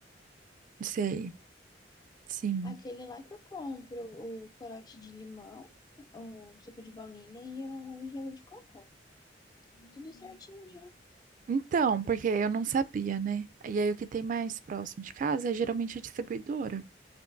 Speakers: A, on the right (about 45°); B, on the left (about 20°).
A: Sei, sim.
B: Aquele lá que eu compro, o corote de limão, o suco de baunilha e o um gelo de cocô. Tudo certinho já.
A: Então, porque eu não sabia, né? E aí o que tem mais próximo de casa é geralmente a distribuidora.